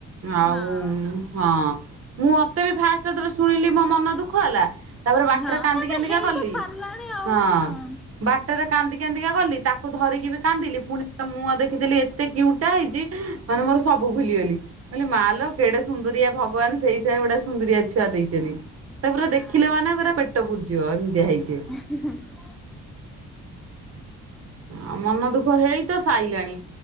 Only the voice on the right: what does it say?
ଆଉ
ହଁ ମୁଁ ମତେ ବି ଫାଷ୍ଟ ଯେତେବେଲେ ଶୁଣିଲି ମୋ ମନ ଦୁଃଖ ହେଲା। ତାପରେ ବାଟରେ
କାନ୍ଦି
କାନ୍ଦିକା
ଗଲି
ହଁ।
ବାଟରେ କାନ୍ଦି କାନ୍ଦିକା ଗଲି ତାକୁ ଧରିକି ବି କାନ୍ଦିଲି ପୁଣି ମୁହଁ ଦେଖିଥିଲି ଏତେ କ୍ୟୁଟୁ ଟା ହେଇଛି ମାନେ ମୋର ସବୁ ଭୁଲିଗଲି ମା ଲୋ କେଡେ ସୁନ୍ଦରିଆ ଭଗବାନ ସେଇ ସେ ଗୁଡା ସୁନ୍ଦରିଆ ଛୁଆ ଦେଇଛନ୍ତିି ତା ପୁରା
ଦେଖିଲେ ମାନେ ପୁରା ପେଟ ଫୁୁରିଯିବ ଏମିତିଆ ହେଇଛି।
ଆଉ ମନ ଦୁଃଖ ହେଇ ତ ସାରିଲାଣି